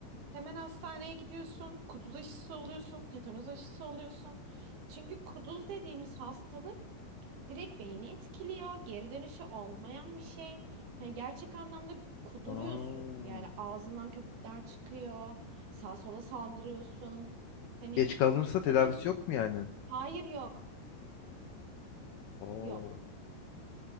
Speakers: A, on the right; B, on the left.
A: Hemen hastaneye gidiyorsun, kuduz aşısı oluyorsun, tetanoz aşısı oluyorsun. Çünkü kuduz dediğimiz hastalık direkt beyni etkiliyor. Geri dönüşü olmayan bir şey. Hani gerçek anlamda kuduruyorsun.
B: aa,
A: Yani ağzından köpükler çıkıyor. Sağa sola saldırıyorsun. Hani
B: geç kalınırsa
A: kudurum...
B: tedavisi yok mu yani?
A: Hayır yok.
B: Oo,
A: Yok.